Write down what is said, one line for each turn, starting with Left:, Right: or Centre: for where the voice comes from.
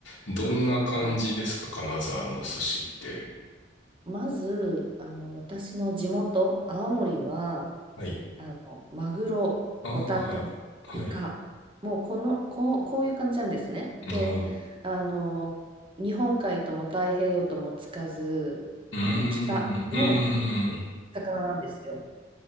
Left: どんな感じですか金沢のお寿司って。
Right: はい。まず、あの、私の地元、青森は、
Left: はい。
Right: あの、マグロ、
Left: ああ、
Right: ホタテ、
Left: はい。はい。
Right: イカ、もうこの、こう、こういう感じなんですね。
Left: なるほど。
Right: で、あの、日本海とも太平洋ともつかず、
Left: うーん、
Right: あの、北の
Left: うーん、
Right: 魚なんですよ。